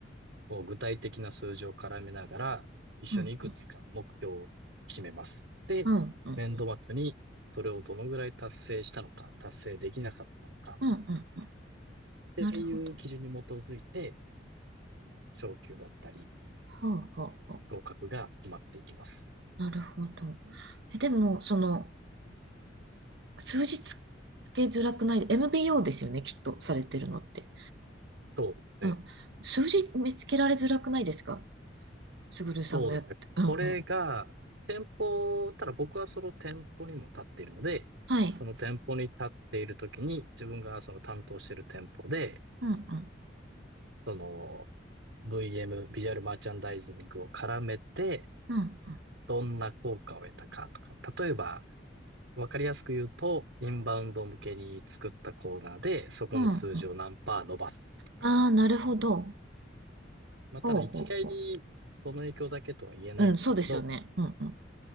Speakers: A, on the right (about 80°); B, on the right (about 65°).
A: こう具体的な数字を絡めながら、一緒にいくつか目標を決めます。
B: うんうん。
A: で、
B: うんうん。
A: 年度末にそれをどのぐらい達成したのか、達成できなかったのか、
B: うんうん。なるほど。
A: っていう基準に基づいて、昇級だったり、
B: はあはあはあ。
A: 昇格が決まっていきます。
B: なるほど。え、でも、その、数字つ、つけづらくない、MBO ですよね、きっと、されてるのって。
A: そうですね。
B: うん。数字見つけられづらくないですかすぐるさんのやって。
A: そうですね。
B: うんうん。
A: これが、店舗、ただ僕はその店舗にも立っているので、
B: はい。
A: その店舗に立っているときに、自分がその担当している店舗で、
B: うんうん。
A: その VM、ビジュアルマーチャンダイジングを絡めて、
B: うんうん。
A: どんな効果を得たかとか、例えば、わかりやすく言うと、インバウンド向けに作ったコーナーで、そこの数字を何パー伸ばすとか、
B: うんうん。ああ、なるほど。
A: まあ、
B: ほうほうほ
A: ただ一概にその影響だけとは言えないんですけど、
B: う。うん、そうですよね。うんうん。